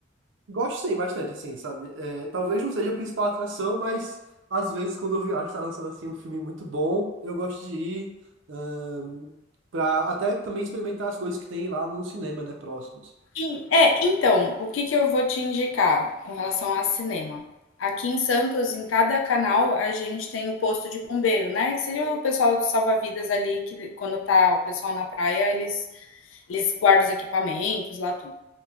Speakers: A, on the right; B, on the left.
A: Gosto sim, bastante, assim, sabe? É, talvez não seja a principal atração, mas às vezes quando eu viajo, tá lançando, assim, um filme muito bom, eu gosto de ir, ahn, pra até também experimentar as coisas que tem lá no cinema, né, próximos.
B: Sim, é, então, o que que eu vou te indicar com relação a cinema? Aqui em Santos, em cada canal, a gente tem o posto de bombeiro, né, que seria o pessoal do salva-vidas ali que quando tá o pessoal na praia, eles eles guardam os equipamentos lá, tudo.